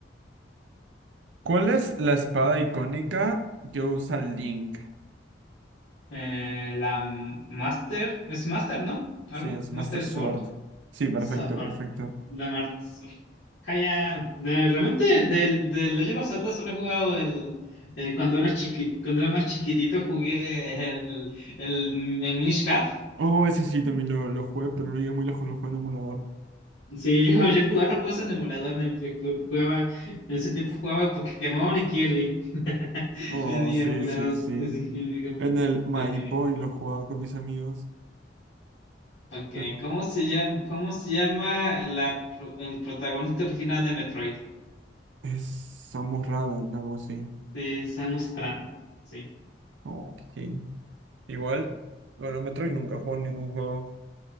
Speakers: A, on the right (about 75°); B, on the left (about 85°).
A: ¿Cuál es la espada icónica que usa Link?
B: Eh, la Master. Es Master, ¿no? ¿Algo?
A: Sí, es
B: Master
A: Master Sword.
B: Sword.
A: Sí, perfecto,
B: Sword.
A: perfecto.
B: la Mar- Sword. Jaya. De- realmente del, del Legend of Zelda solo he jugado el. eh, cuando era chiqui, cuando era más chiquitito jugué el, el, el Minish Cap.
A: Oh, ese sí, también lo, lo jugué, pero no llegué muy lejos, lo jugué en emulador.
B: Sí, <laughs> yo, yo jugaba los juegos en emulador, en- ju- jugaba, en ese tiempo jugaba Pokémon y Kirby. <laughs>
A: Oh,
B: En mi
A: sí,
B: emulador.
A: sí, sí.
B: Sí, digo,
A: En el My
B: ok,
A: Boy lo jugaba con mis amigos,
B: ok.
A: pero
B: ¿Cómo se llama, cómo se llama la, pro- el protagonista original de Metroid?
A: es Samus Aran, algo así.
B: De Samus Aran. Sí.
A: oh Ok. Igual, bueno, Metroid nunca jugó ningún juego.